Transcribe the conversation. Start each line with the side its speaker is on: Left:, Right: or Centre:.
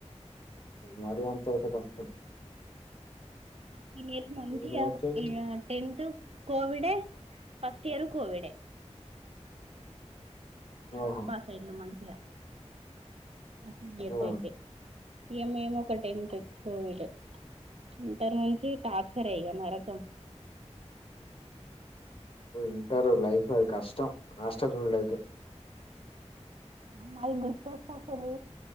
Left: మరి అంతయితే కష్టం
Right: అ తినేసి మంచిగా
Left: నేనైతే
Right: ఇక టెన్త్ కోవిడే ఫస్ట్ ఇయరు కోవిడే కరోనా
Left: ఓహో!
Right: పాస్ అయ్యాం మంచిగా మ వస
Left: ఆ!
Right: అయితే ఇయమ్మ ఏమో ఒక టైం కోవిడ్ ఇంటర్ నుంచి టార్చర్ ఇక నరకం
Left: ఇంటర్ లైఫ కష్టం కష్ట లేదు
Right: అమ్మాయి గుర్తుస్తా అసలు